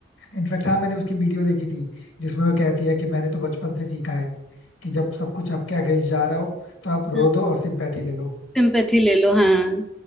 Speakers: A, on the left; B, in the centre.
A: इनफेक्ट हाँ मैंने उसकी वीडियो देखी थी जिसमें वो कहती है कि मैंने तो बचपन से सीखा है कि जब सब कुछ आपके अगेंस्ट जा रहा हो तो आप रो
B: हूँ
A: दो और सिंपैथी ले लो
B: सिंपैथी ले लो हाँ